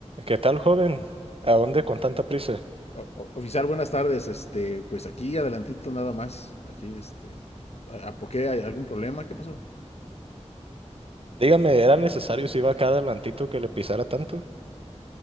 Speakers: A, on the right (about 55°); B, on the left (about 65°).
A: ¿Qué tal, joven? ¿A dónde con tanta prisa?
B: O, oficial, buenas tardes. Este, pues aquí adelantito nada más. Aquí, este, ¿a, ¿por qué hay algún problema? ¿Qué pasó?
A: Dígame, ¿era necesario si iba acá adelantito que le pisara tanto?